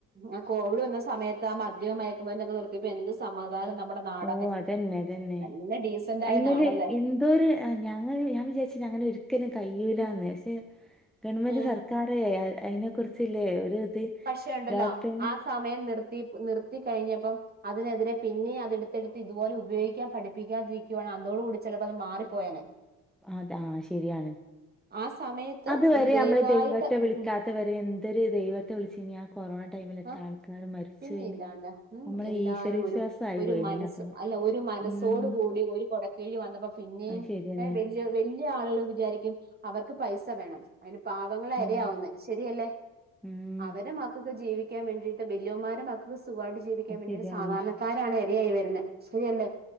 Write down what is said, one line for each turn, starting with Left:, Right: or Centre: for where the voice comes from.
Right: ഉ കോവിഡ് വന്ന സമയത്ത് ആ മദ്യം മയക്കുമ്പോക്കെ നിർത്തിപ്പോ എന്ത് സമാധാനം നാടെ
Centre: ഓ അതന്നെ അതന്നെ
Right: നല്ല ഡീസന്റ് ആയ
Centre: അയിമേല്
Right: നാടല്ലേ
Centre: എന്തോരു ഞങ്ങ ഞാൻ വിചാരിച്ച അങ്ങനെ ഒരിക്കലും കഴൂലന്ന്
Right: ഉം
Centre: പക്ഷെ ഗവൺമെന്റ്
Right: ഉം.
Centre: സർക്കാര അതിനെ കുുറിച്ചില്ലേ ഒരു ഇത്
Right: പക്ഷേ ഉണ്ടല്ലോ
Centre: ലോക്ക്ഡൌൺ
Right: ആ സമയം നിർത്തി നിർത്തി കഴിഞ്ഞപ്പം അതിനെതിരെ പിന്നെ അത എടുത്തെടുത്ത് ഇതുപോലെ ഉപയോഗിക്കാൻ പഠിപ്പിക്കാതിരിക്കുവയാണ് അതോടുക കൂടി ചിലപ്പോ അത് മാറിപ്പോയന
Centre: അത ആ ശരിയാണ്
Right: ആ സമയത്ത്
Centre: അതുവരെ
Right: ഒരു ദൈവമായിട്ട്
Centre: നമ്മള് ദൈവത്തെ വിളിക്കാത്തവരെ
Right: ഉം
Centre: എന്തൊരു ദൈവത്തെ വിളിച്ച ഇനി ആ കൊറോണ ടൈമില
Right: ആ
Centre: ആൾക്കാർ മരിച്ചു
Right: പിന്നെ
Centre: പോയിനി
Right: ഇല്ലാണ്ടാ ഉ
Centre: നമ്മളെ
Right: എല്ലാരും
Centre: ഈശ്വര വിശ്വാസം
Right: ഒരു
Centre: ആയി
Right: ഒരു
Centre: പോയിനി
Right: മനസ്
Centre: അപ്പൊ
Right: അല്ല ഒരു മനസ്സോടു
Centre: ഉം
Right: കൂടി ഒരു കൊടക്കേഴി വന്നപ്പോ പിന്നെയും
Centre: അത് ശരി തന്നെ
Right: വല്ിയ വലിയ ആളുക വിചാരിക്കും അവർക്ക് പൈസ വേണം അ പാവങ്ങള
Centre: ഉം
Right: അരവുന്ന ശരിയല്ലേ
Centre: ഉം
Right: അവര് മക്കൊക്കെ ജീവിക്കാൻ വേണ്ടിട്ട് വല്യമാര മക്കക്ക് സുഖമായിട്ട് ജീവിക്കാൻ
Centre: അത്
Right: വേണ്ടിട്ട
Centre: ശരിയാണ്
Right: സാധാരണക്കാരാണ് ഇരയായി വരുന്നത് ശരിയല്ലേ